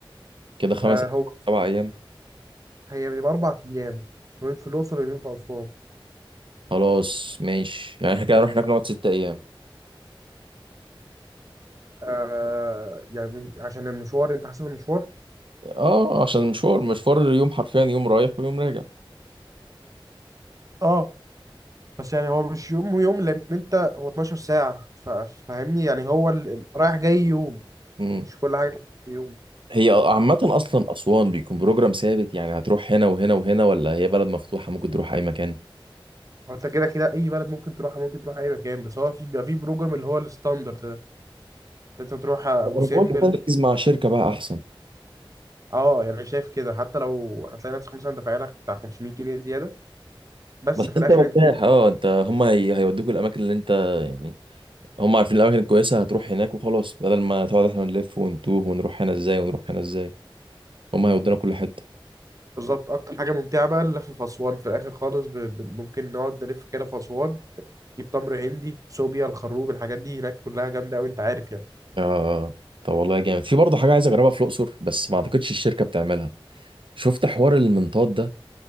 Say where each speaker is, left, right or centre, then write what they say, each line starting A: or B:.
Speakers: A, on the right; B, on the right.
A: كده خمس
B: آه هو
A: سبع ايام
B: هي بيبقى أربع أيام يومين في الأقصر ويومين في أسوان
A: خلاص ماشي يعني احنا كده هنروح هناك نقعد ست ايام
B: آه يعني عشان المشوار أنت حاسب المشوار
A: اه عشان مشوار مشوار يوم حرفيا يوم رايح ويوم راجع
B: اه بس يعني هو مش يوم ويوم لأن أنت هو 12 ساعة ف- فاهمني يعني هو ال- ال- رايح جاي يوم
A: امم
B: مش كل حاجة في يوم
A: هي عامة أصلا أسوان بيكون بروجرام ثابت يعني هتروح هنا وهنا وهنا ولا هي بلد مفتوحة ممكن تروح أي مكان؟
B: هو انت كده كده اي بلد ممكن تروحها ممكن تروح اي مكان بس هو في بيبقى في بروجرام اللي هو الستاندرد ده انت تروح ابو
A: أنا
B: سمبل
A: بقول لك تركز مع شركة بقى أحسن
B: اه يعني انا شايف كده حتى لو هتلاقي نفسك مثلا دافع لك بتاع 500 جنيه زياده بس
A: بس
B: في
A: أنت
B: الاخر
A: مرتاح
B: انت
A: أه أنت هما هي... هيودوك الأماكن اللي أنت يعني هما عارفين الأماكن الكويسة هتروح هناك وخلاص بدل ما تقعد إحنا نلف ونتوه ونروح هنا إزاي ونروح هنا إزاي هما هيودونا كل حتة
B: بالظبط اكتر حاجه ممتعه بقى اللف في اسوان في الاخر خالص ب... ب... ممكن نقعد نلف كده في اسوان نجيب تمر هندي صوبيا الخروب الحاجات دي هناك كلها جامده قوي انت عارف يعني
A: آه طب والله جامد في برضه حاجة عايز أجربها في الأقصر بس ما أعتقدش الشركة بتعملها شفت حوار المنطاد ده